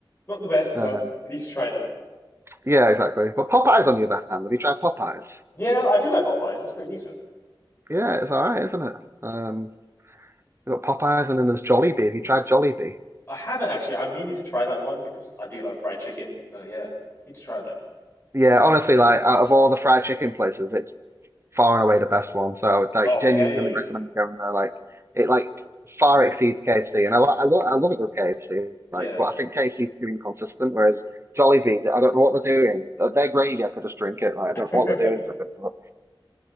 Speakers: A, on the left; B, on the right.
A: Not the best, but
B: um
A: at least tried it.
B: yeah, exactly. But Popeyes on the other hand, have you tried Popeyes?
A: Yeah, I do like Popeyes. It's pretty decent.
B: Yeah, it's all right, isn't it? Um we've got Popeyes and then there's Jollibee. Have you tried Jollibee?
A: I haven't actually. I'm meaning to try that one because I do love fried chicken. But yeah, need to try that.
B: Yeah, honestly, like out of all the fried chicken places, it's far and away the best one. So I would like
A: Okay.
B: genuinely recommend going there. Like it like far exceeds KFC, and I lo I, lo I love a good KFC.
A: Yeah.
B: Like, but I think KFC's too inconsistent. Whereas Jollibee, I don't know what they're doing. Their their gravy, I could just drink it. Like, I
A: <laughs>
B: don't know what they're doing to it. But